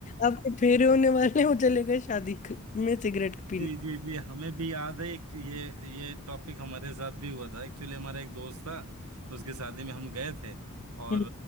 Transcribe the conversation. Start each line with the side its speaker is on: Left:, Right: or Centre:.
Left: आपके फेरे होने वाले हैं, वो चले गए शादी क- में सिगरेट पीने
Right: जी जी जी हमें भी याद है एक ये ये टॉपिक हमारे साथ भी हुआ था एक्चुअली हमारा एक दोस्त था उसकी शादी में हम गए थे और
Left: हम्म,